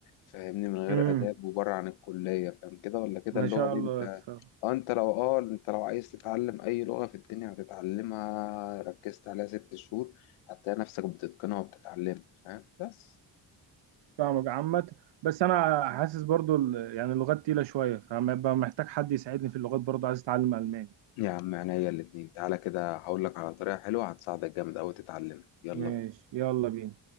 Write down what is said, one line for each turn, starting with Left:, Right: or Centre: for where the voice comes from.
Left: فاهمني من غير
Right: امم
Left: آداب وبره عن الكلية فاهم كده ولا كده
Right: ما
Left: اللغة
Right: شاء
Left: دي
Right: الله
Left: انت
Right: يس-
Left: اه انت لو اه انت لو عايز تتعلم اي لغة في الدنيا هتتعلمها ركزت عليها ست شهور هتلاقي نفسك بتتقنها وبتتعلمها فاهم بس
Right: فاهمك عامة بس انا حاسس برضو ال- يعني اللغات تقيلة شوية فهبقى محتاج حد يساعدني في اللغات برضو عايز اتعلم الماني
Left: يا عم عينيا الاتنين تعالى كده هقول لك على طريقة حلوة هتساعدك جامد أوي تتعلمها يلا
Right: ماشي
Left: بينا
Right: يلا بينا